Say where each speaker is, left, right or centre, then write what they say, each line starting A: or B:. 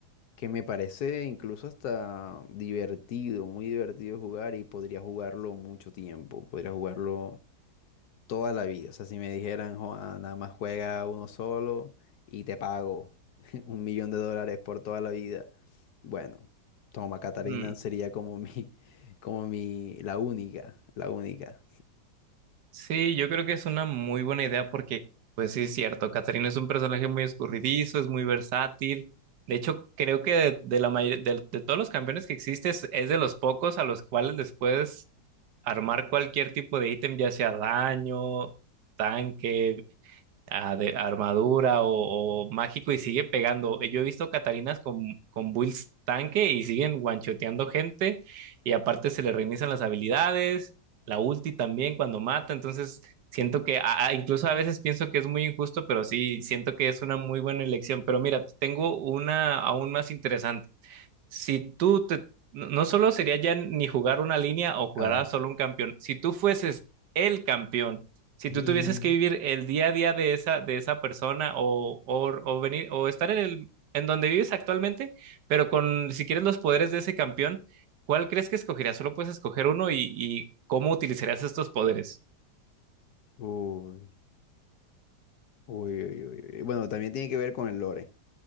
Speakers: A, on the left; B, on the right.
A: que me parece incluso hasta divertido, muy divertido jugar y podría jugarlo mucho tiempo, podría jugarlo toda la vida. O sea, si me dijeran, "Joa, nada más juega uno solo y te pago <laughs> un millón de dólares por toda la vida. Bueno, toma, Catarina
B: Mm,
A: sería como mi, <laughs> como mi, la única, la única.
B: Sí, yo creo que es una muy buena idea porque, pues sí, es cierto, Catarina es un personaje muy escurridizo, es muy versátil. De hecho, creo que de, de la mayor- de, de todos los campeones que existes, es de los pocos a los cuales les puedes armar cualquier tipo de ítem, ya sea daño, tanque, a de- armadura o, o mágico y sigue pegando. Eh, Yo he visto Catalinas con, con builds tanque y siguen guanchoteando gente y aparte se le reinician las habilidades, la ulti también cuando mata, entonces siento que a- a- incluso a veces pienso que es muy injusto, pero sí siento que es una muy buena elección. Pero mira, tengo una aún más interesante si tú te, no no solo sería ya ni jugar una línea o jugará
A: A ver.
B: solo un campeón, si tú fueses el campeón, si
A: Y-
B: tú tuvieses que vivir el día a día de esa, de esa persona o, o, o venir o estar en el, en donde vives actualmente, pero con, si quieres los poderes de ese campeón, ¿cuál crees que escogerías? Solo puedes escoger uno y, y ¿cómo utilizarías estos poderes?
A: <laughs> Uy, uy, uy, uy, uy. Bueno, también tiene que ver con el lore.